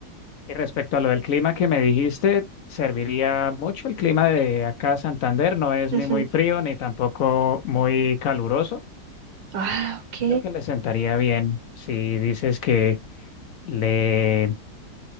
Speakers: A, on the left; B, on the right.
A: Y respecto a lo del clima que me dijiste, serviría mucho. El clima de acá Santander no es
B: Ujú.
A: ni muy frío ni tampoco muy caluroso.
B: Ah, ok.
A: Creo que le sentaría bien si dices que le